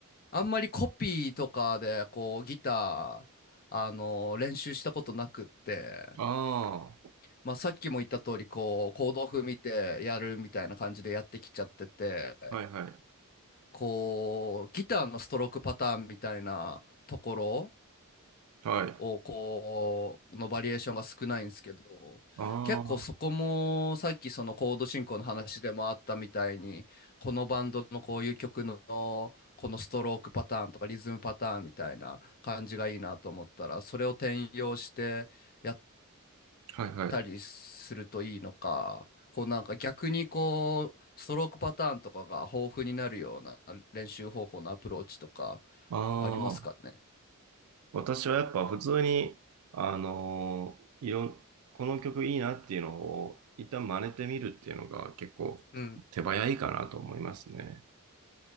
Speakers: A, on the left (about 40°); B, on the right (about 75°).
A: あんまりコピーとかでこうギターあの練習したことなくって、
B: あ
A: まあ、さっきも言った通りこうコード譜見てやるみたいな感じでやってきちゃってて
B: あ、はいはい。
A: こうギターのストロークパターンみたいなところ
B: はい。
A: をこうのバリエーションが少ないんですけど結構そこもさっきそのコード進行の話でもあったみたいにこのバンドのこういう曲のこのストロークパターンとかリズムパターンみたいな感じがいいなと思ったらそれを転用してやっ
B: ああ、はいはい。
A: たりするといいのかこうなんか逆にこうストロークパターンとかが豊富になるような練習方法のアプローチとか
B: ああ。
A: ありますかね
B: 私はやっぱ普通に、あのーいろん、この曲いいなっていうのを一旦真似てみるっていうのが結構手早いかなと思いますね。
A: うん